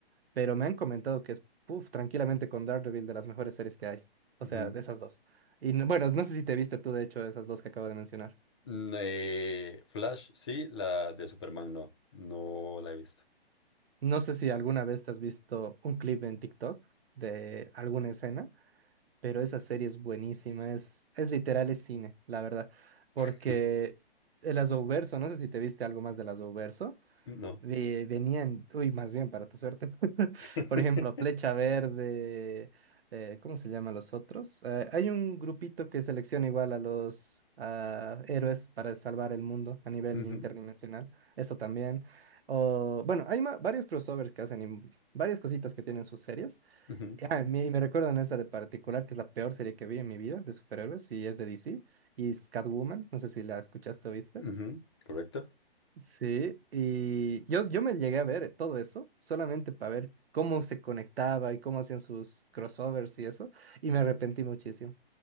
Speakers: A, on the right; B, on the left.
A: pero me han comentado que es, puf, tranquilamente con Daredevil de las mejores series que hay, o
B: Ujú.
A: sea, de esas dos. Y n- bueno, no sé si te viste tú de hecho esas dos que acabo de mencionar.
B: Mm, eh, Flash, sí, la de Superman, no. No la he visto.
A: No sé si alguna vez te has visto un clip en TikTok de alguna escena pero esa serie es buenísima, es, es literal, es cine, la verdad, porque
B: <laughs>
A: el Azowverso, no sé si te viste algo más del Azowverso,
B: No.
A: ve- venían, uy, más bien para tu suerte, <laughs>
B: <laughs>
A: por ejemplo, Flecha Verde, eh, ¿cómo se llaman los otros? Eh, hay un grupito que selecciona igual a los ah, héroes para salvar el mundo a nivel
B: Ujú,
A: interdimensional, eso también, o, bueno, hay ma- varios crossovers que hacen, y varias cositas que tienen sus series,
B: ujú,
A: Ah, me- y me recuerdan esta de particular, que es la peor serie que vi en mi vida de superhéroes, y es de DC, y es Catwoman, no sé si la escuchaste o viste.
B: ujú. ¿Correcto?
A: Sí, y yo, yo me llegué a ver todo eso solamente para ver cómo se conectaba y cómo hacían sus crossovers y eso, y me arrepentí muchísimo.